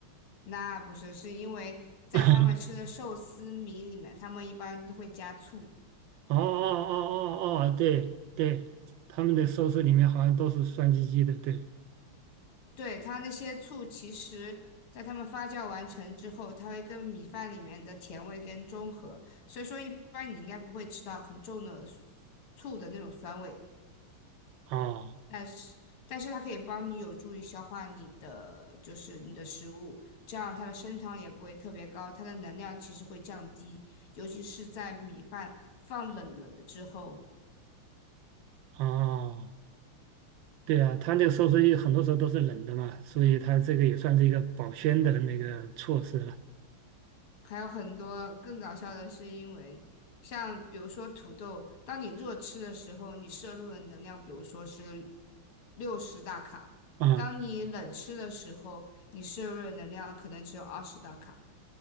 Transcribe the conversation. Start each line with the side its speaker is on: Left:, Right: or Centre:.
Left: 那不是，是因为在他们吃的寿司米里面，
Right: <laughs>
Left: 他们一般都会加醋。
Right: 哦哦哦哦哦，对对，他们的寿司里面好像都是酸唧唧的，对，
Left: 对，它那些醋，其实在它们发酵完成之后，它会跟米饭里面的甜味跟中和，所以说一般你应该不会吃到很重的醋的那种酸味，
Right: 哦
Left: 但是但是它可以帮你有助于消化你的就是你的食物，这样它的升糖也不会特别高，它的能量其实会降低，尤其是在米饭放冷了之后。
Right: 哦，对啊，他那个寿司一很多时候都是冷的嘛，所以他这个也算是一个保鲜的那个措施了
Left: 还有很多更搞笑的是，因为像比如说土豆，当你热吃的时候，你摄入的能量，比如说是六十大卡；
Right: 啊。
Left: 当你冷吃的时候，你摄入的能量可能只有二十大卡，